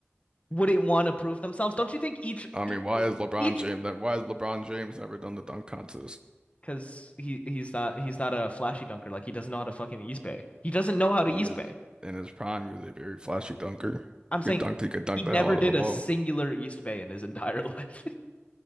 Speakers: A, on the left; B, on the right.
A: wouldn't want to prove themselves. Don't you think each
B: I mean, why is LeBron
A: each
B: James? Why has LeBron James never done the dunk contest?
A: because he he's not he's not a flashy dunker. Like he doesn't know how to fucking East Bay. He doesn't know how to
B: He
A: East
B: is
A: Bay.
B: in his prime. He was a very flashy dunker.
A: I'm
B: He
A: saying
B: could dunk. He could dunk
A: he
B: the
A: never
B: hell out
A: did
B: of the
A: a
B: ball.
A: singular East Bay in his entire life.